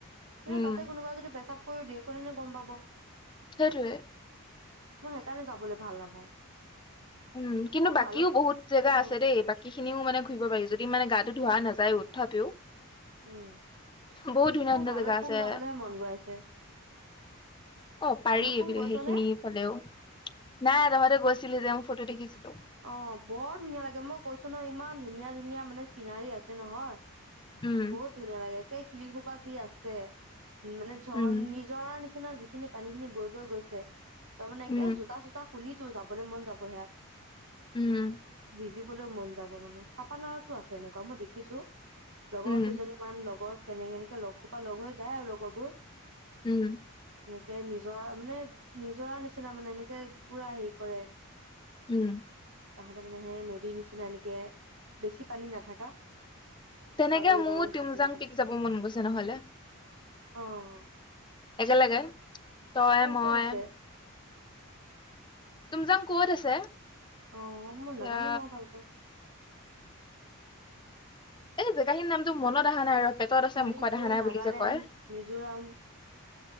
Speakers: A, on the right; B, on the left.
A: কিন্তু
B: উম
A: তাতে কোনোবা যদি পেচা। ক দিয় কোনে গম পাব।
B: সেইটোৱেই।
A: মই সেইকাৰণে যাবলৈ ভাল নাপাওঁ।
B: উম কিন্তু
A: মোৰ
B: বাকীও
A: ভালুক
B: বহুত জেগা
A: অ
B: আছে। দেই বাকী খিনিও মানে ঘূৰিব পাৰিছো। যদি মানে গাটো ধোৱা নাযায় তথাপিও।
A: উম।
B: বহুত ধুনীয়া
A: মোৰ
B: ধুনীয়া
A: ভালুকপুং
B: জেগা আছে।
A: যাবলৈহে মন গৈ আছে
B: অ পাৰি
A: ভালুকপুং
B: বোলে
A: গৈছ
B: সেইখিনিফালেও
A: নে
B: নাই তহঁতে গৈছ। চছিলি য। ফটো দেখিছিলো।
A: অ বৰ ধুনীয়া লাগে মই কৈছো নহ ইমান ধুনীয়া ধুনীয়া মানে চিনাৰী আছে নহয়।
B: উম
A: বহুত ধুনীয়া লাগে। সেই শিলসোপা যি আছে। মানে, ঝৰ
B: উম
A: নিজৰা নিচি- নিচিনা যিখিনি পানী খিনি বৈ বৈ গৈছে। তাৰ মানে,
B: উম
A: একে জোঁতা চোঁতা খুলি তো যাবলৈ মন যাব সেইয়াত।
B: উম!
A: ভিজিবলৈ মন যাব মানে, <unintelligible> আছে এনেকুৱা মই দেখিছোঁ। লগৰ
B: উম
A: কেইজনী মান, লগৰ কেনেকে এনেকে লগ সোপা লগ হৈ যায় আৰু লগৰবোৰ।
B: উম!
A: এনেকে নিজৰা মানে, নিজৰা নিচিনা মানে, এনেকে পুৰা হেৰি কৰে।
B: উম!
A: তাহাঁতে মানে, সে নদীৰ নিচিনা এনেকে বেছি পানী নাথাকা
B: তেনেকে
A: বাগৰি
B: মোৰ
A: বাগৰি
B: তিংজাং
A: সাঁতুৰি
B: পিক যাব মন গৈছে নহ'লে
A: অঁ!
B: একেলগে। তই মই
A: ক'ত আছে
B: টিমজাং ক'ত আছে?
A: অ' মই নেজানো
B: এয়া
A: নহয় ভালকে।
B: এই জেগাখিনি নামটো মনত অহা নাই ৰ'। পেটত আছে
A: মণিপুৰ,
B: মুখত অহা নাই
A: নাগালেণ্ড,
B: বুলি যে কয়
A: মিজোৰাম।